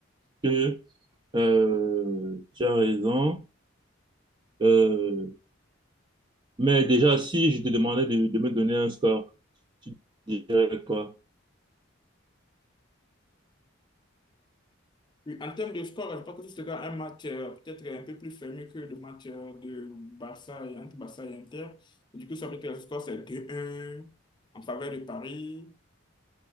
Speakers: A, on the right; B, on the left.
A: que euh, tu as raison. Euh, Mais déjà, si je te demandais de, de me donner un score, tu dirais quoi?
B: Oui, en termes de score, je pense que ce sera un match euh, peut-être un peu plus fermé que le match euh, de Barça et entre Barça et Inter. Du coup, ça peut être le score, c'est deux un en faveur de Paris,